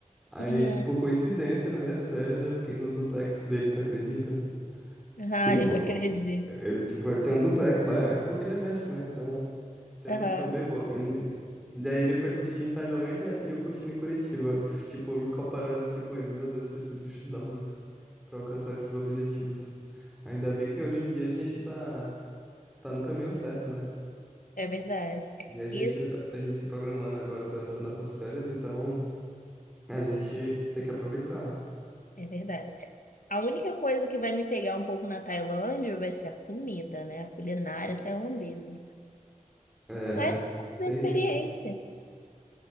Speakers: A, in the centre; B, on the left (about 75°).
A: Aí,
B: Uhum.
A: por coincidência, nas minhas férias, eu fiquei no duplex dele, tu acredita?
B: Ai,
A: Tipo,
B: <laughs> não acredito.
A: ele, tipo, ele tem um duplex lá, é porque ele é médico, né? Então, tem
B: Aham,
A: uma condição bem boa. E, daí ele foi curtir em Tailândia e eu curtindo em Curitiba. Eu, Tipo, me comparando assim com ele. Meu Deus, eu preciso estudar muito pra alcançar esses objetivos. Ainda bem que hoje em dia a gente tá, tá no caminho certo, né?
B: É verdade.
A: E a gente,
B: E
A: a gente se programando agora para essas nossas férias, então a gente tem que aproveitar.
B: É verdade. A única coisa que vai me pegar um pouco na Tailândia vai ser a comida, né? A culinária tailandesa.
A: É,
B: Mas
A: né?
B: da
A: Tem
B: experiência
A: isso.